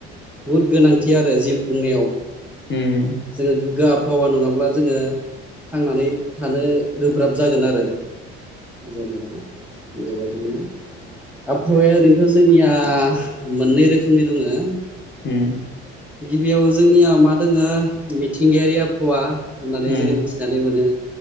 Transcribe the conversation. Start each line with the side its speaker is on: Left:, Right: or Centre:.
Centre: बहुद गोनांथि आरो जिउ खुंनायाव
Left: ओ उम
Centre: जोङो गोगाब हावा नङाब्ला जोङो थांनानै थानो गोब्राब जागोन आरो जेनेबा बेबायदिनो आबहावाया ओरैनोथ' जोंनि आ मोननै रोखोमनि दङ
Left: उम
Centre: बेयाव जोंनिया मा दोङो मिथिंगायारि आबहावा होननानै
Left: उम
Centre: जोङो मिथिनानै मोनो